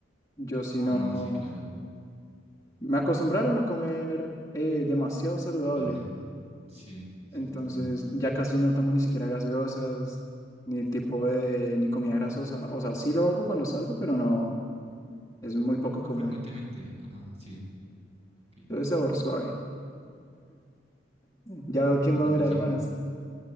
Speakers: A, on the left (about 20°); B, on the right (about 35°).
A: Yo si
B: Ah,
A: no,
B: no, sí, claro,
A: me acostumbraron a comer eh, demasiado saludable.
B: Hable. Sí, sí
A: Entonces
B: te entiendo.
A: ya casi no tomo ni siquiera gaseosas, ni tipo de, ni comida grasosa. O sea, sí lo hago cuando salgo, pero no, es muy poco
B: Ah,
A: común.
B: frecuentemente, ajá, sí, ok.
A: Todo es sabor suave. Ya
B: Eh,
A: veo
B: ¿Qué
A: quién
B: pregunta
A: va a durar
B: sigue?
A: más.